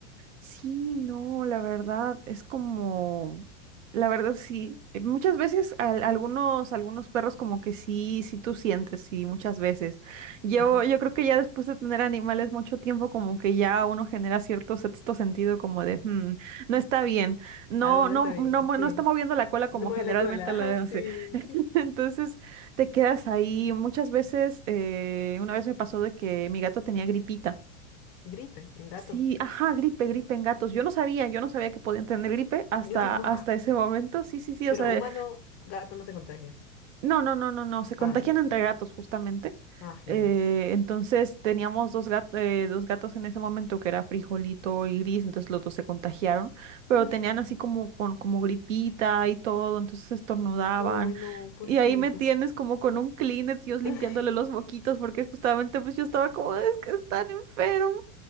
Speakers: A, on the right; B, on the left.
A: Sí, no, la verdad es como, la verdad sí, eh, muchas veces al- algunos, algunos perros como que sí, sí tú sientes, sí, muchas veces. Yo,
B: Ajá.
A: yo creo que ya después de tener animales mucho tiempo como que ya uno genera cierto sexto sentido como de, "Hmm, no está bien, no,
B: Algo no
A: no,
B: está bien,
A: no, mo-
B: sí.
A: no está moviendo la cola como
B: No mueve
A: generalmente
B: la cola, <laughs> ajá,
A: lo hace.
B: sí.
A: <laughs> Entonces te quedas ahí. Muchas veces, eh, una vez me pasó de que mi gato tenía gripita.
B: <laughs> Gripe en gatos.
A: Sí, ajá, gripe, gripe en gatos. Yo no sabía, yo no sabía que podían tener gripe hasta,
B: Yo tampoco.
A: hasta ese momento. Sí, sí, sí, o
B: Pero
A: sea,
B: humano, gato no se contagia.
A: no, no, no, no, no, se contagian
B: Ah, ya.
A: entre gatos justamente.
B: Ah, genial.
A: Eh, entonces teníamos dos, gat- eh, dos gatos en ese momento que era Frijolito y Gris, entonces los dos se contagiaron, pero
B: <gasps>
A: tenían así como, con- como gripita y todo, entonces estornudaban.
B: uy no, pobrecito.
A: Y ahí me tienes como con un Kleenex, yo limpiándole
B: <laughs>
A: los moquitos, porque justamente pues yo estaba como, es que están enfermos.